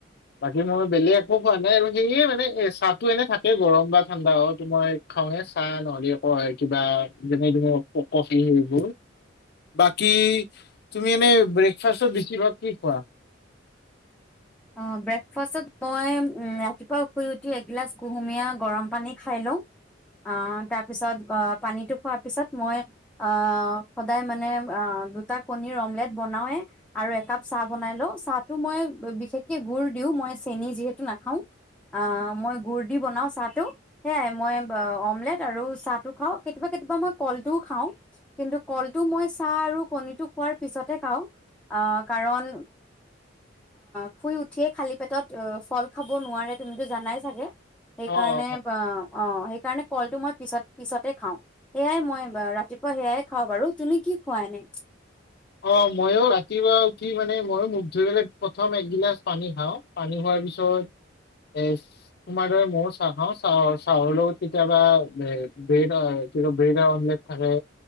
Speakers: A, on the left; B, in the centre.
A: বাকী মই বেলেগ একো খোৱা নাই আৰু সেয়ে মানে এ চাহটো এনে থাকেই গৰম বা ঠাণ্ডা হ মই খাওঁৱে চাহ নহ'লে আকৌ কিবা যেনে তেনে কফি সেইবোৰ, বাকি তুমি এনে ব্ৰেকফাষ্টত বেছিভাগ কি খোৱা?
B: অ' ব্ৰেকফাষ্টত মই উম ৰাতিপুৱা শুই উঠি এগিলাচ কুহুমীয়া গৰম পানী খাই লওঁ। আহ তাৰপিছত আ পানীটো খোৱাৰ পিছত মই আহ সদায় মানে আ দুটা কণীৰ অমলেট বনাওৱে আৰু একাপ চাহ বনাই লওঁ। চাহটো মই বিশেষ <unintelligible> গুড় দিও মই চেনি যিহেতু নাখাও অ মই গুড় দি বনাও চাহটো। সেয়াই মই অমলেট আৰু চাহটো খাওঁ কেতিয়াবা কেতিয়াবা মই কলটোও খাওঁ কিন্তু কলটো মই চাহ আৰু কণীটো খোৱাৰ পিছতে খাওঁ। অ' কাৰণ উ শুই উঠিয়ে খালী পেটত অ ফল খাব নোৱাৰে। তুমিতো জানাই চাগে? সেইকাৰণে
A: অ অ
B: আ অ সেইকাৰণে কলটো মই পিছত পিছতে খাওঁ সেয়াই মই ৰাতিপুৱা সেয়াই খাওঁ বাৰু। তুমি কি খোৱা এনে?
A: অ মইও ৰাতিপুৱা উঠি মানে মইও মুখ ধুই পেলাই প্ৰথম একগিলাচ পানী খাওঁ, পানী খোৱাৰ পিছত এ তোমাৰ দৰে ময়ো চাহ খাওঁ, চাহৰ লগত কেতিয়াবা ব্ৰেড বা কিবা ব্ৰেডৰ অমলেট থাকে